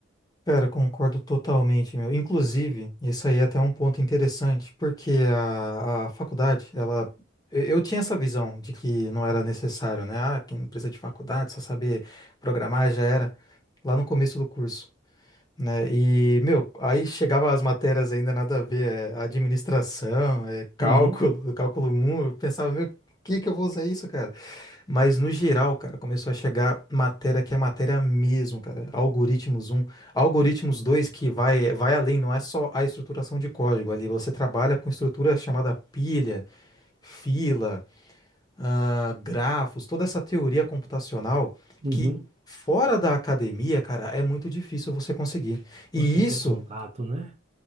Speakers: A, on the left (about 20°); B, on the right (about 35°).
A: Cara, concordo totalmente, meu. Inclusive, isso aí é até um ponto interessante, porque a, a faculdade, ela. Eu eu tinha essa visão de que não era necessário, né? Ah, que não precisa de faculdade, só saber programar já era. Lá no começo do curso. né? E, meu, aí chegava as matérias ainda nada a ver, é administração, é cálculo,
B: Uhum,
A: <laughs> cálculo um eu pensava, meu, que que eu vou usar isso, cara? Mas no geral, cara, começou a chegar matéria que é matéria mesmo, cara. Algoritmos um algoritmos 2 que vai vai além, não é só a estruturação de código ali, você trabalha com estrutura chamada pilha, fila, ah, grafos, toda essa teoria computacional
B: uhum.
A: que fora da academia, cara, é muito difícil você conseguir. E
B: Você ter
A: isso,
B: contato, né?